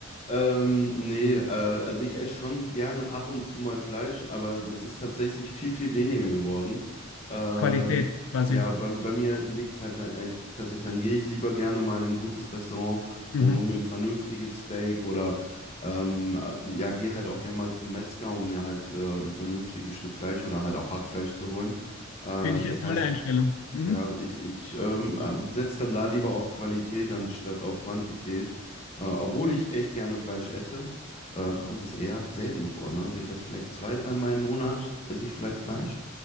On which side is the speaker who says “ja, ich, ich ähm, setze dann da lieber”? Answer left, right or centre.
Left